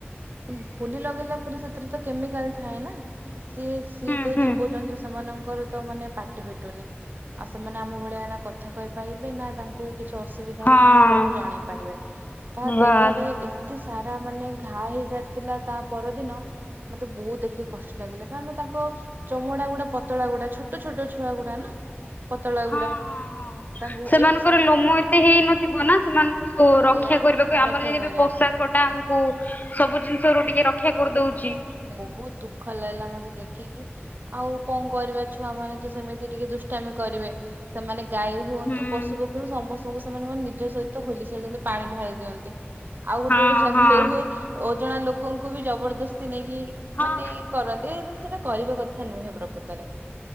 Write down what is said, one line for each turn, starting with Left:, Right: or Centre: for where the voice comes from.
Right: ହୁଁ ହୋଲି ଲଗେଇଲା ପରେ ସେଥିରେ ତ କେମିକାଲ ଥାଏ ନା। ସିଏ ସିଏ
Left: ହୁଁ ହୁଁ
Right: ତ
Left: ହୁଁ
Right: ଜୀବଜନ୍ତୁ ସେମାନଙ୍କର। ତ ମାନେ ପାଟି ଫିଟୁନି ଆଉ ସେମାନେ ଆମ ଭଳିଆ ନା କଥା କହିପାରିବେ ନା ତାଙ୍କୁ କିଛି ଅସ ସୁବିଧା
Left: ହଁ
Right: ହେଲେ ସେମାନେ କାହାକୁ ଜଣେଇ ପାରିବେ ତା
Left: ବାସ୍
Right: ଦେହରେ ଏତେ ସାରା ମାନେ ଘା ହେଇ ସାରିଥିଲା ତା ପରଦିନ ମତେ ବହୁତ ଦେଖିକି କଷ୍ଟ ଲାଗିଲା କାରଣ ତାଙ୍କ ଚମଡା ଗୁଡା ପତଳା ଗୁଡା ଛୋଟ ଛୋଟ ଛୋଟ ଛୁଆ ଗୁଡା ନା ପତଳା
Left: ହଁ
Right: ଗୁଡା।
Left: ହଁ ହଁ
Right: ତାଙ୍କୁ
Left: ସେମାନଙ୍କର
Right: ଏଇ
Left: ଲୋମ ଏତେ ହେଇନଥିବ ନା ସେମାନଙ୍କୁ
Right: ସେୟା
Left: ରକ୍ଷା କରିବାକୁ ଆମର
Right: ରକ୍ଷା
Left: ଯଦି
Right: କରିବା
Left: ଏ ପୋଷାକ
Right: ପାଇଁ
Left: ଟା ଆମକୁ ସବୁ ଜିନିଷ ରୁ ଟିକେ ରକ୍ଷା କରିଦଉଛି।
Right: ବହୁତ୍ ଦୁଃଖ ଲାଗିଲା ମତେ ଦେଖିକି। ଆଉ କଣ କରିବା ଛୁଆ ମାନେ ତ ସେମିତି ଟିକେ ଦୁଷ୍ଟାମି କରିବେ। ସେମାନେ ଗାଈ ହୁଅନ୍ତୁ
Left: ହୁଁ।
Right: ପଶୁ ପକ୍ଷୀ ତୁ ସମସ୍ତଙ୍କୁ ସେମାନେ ମାନେ ନିଜ ସହିତ ହୋଲି ଖେଳନ୍ତି ପାଣି ଢାଳି ଦିଅନ୍ତି। ଆଉ ଗୋଟେ
Left: ହଁ
Right: ଗୋଟେ ଜାଗାରେ
Left: ହଁ
Right: ହୁଏ ଓଜଣା ଲୋକଙ୍କୁ ବି ଜବରଦସ୍ତି ନେଇକି
Left: ହଁ
Right: ମାନେ କରନ୍ତି ସେଟା କରିବା କଥା ନୁହେଁ ପ୍ରକୁତରେ।